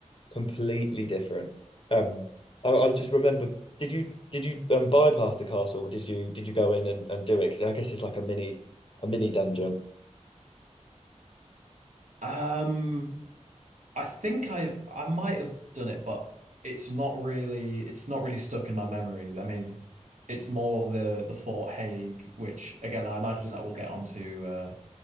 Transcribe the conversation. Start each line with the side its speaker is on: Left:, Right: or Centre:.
Left: completely different. Um I, I just remember did you did you um bypass the castle or did you did you go in and, and do it? 'Cause I guess it's like a mini a mini dungeon.
Right: Um, I think I I might have done it, but it's not really it's not really stuck in my memory. I mean, it's more the the Fort Hague, which again I imagine that we'll get onto uh